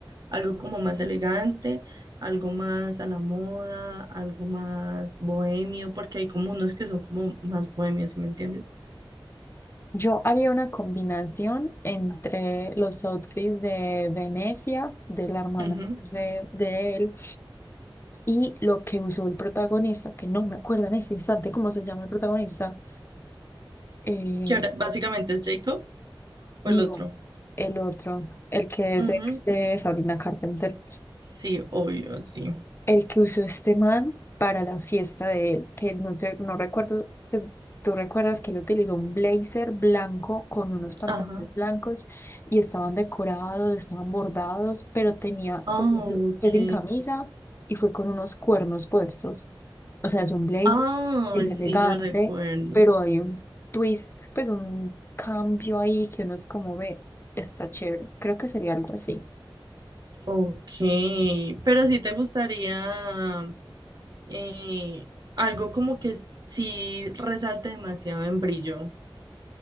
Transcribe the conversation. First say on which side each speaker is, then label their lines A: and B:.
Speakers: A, on the right; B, on the left.
A: ¿Algo como más elegante, algo más a la moda, algo más bohemio? Porque hay como unos que son como más bohemios, ¿sí me entiendes?
B: Yo haría una combinación entre los outfits de Venecia, de la hermana
A: Ujú.
B: pues, de, de él Y lo que usó el protagonista, que no me acuerdo en ese instante cómo se llama el protagonista, eh,
A: Que ahora básicamente es Jacob o
B: no,
A: el otro.
B: el otro, el que es
A: Ujú.
B: ex de Sabrina Carpenter.
A: Sí, obvio, sí.
B: el que usó este man para la fiesta de él, que no, te- no recuerdo, pues, tú recuerdas que él utilizó un blazer blanco con unos pantalones
A: Ajá.
B: blancos y estaban decorados, estaban bordados, pero tenía,
A: Ah,
B: por ejemplo,
A: ok.
B: fue sin camisa y fue con unos cuernos puestos. O sea, es un blazer,
A: Ah,
B: es elegante,
A: sí, lo recuerdo.
B: pero hay un twist, pues un cambio ahí que uno es como ve, está chévere. Creo que sería algo así.
A: Ok, pero si te gustaría eh, algo como que s- sí resalte demasiado en brillo,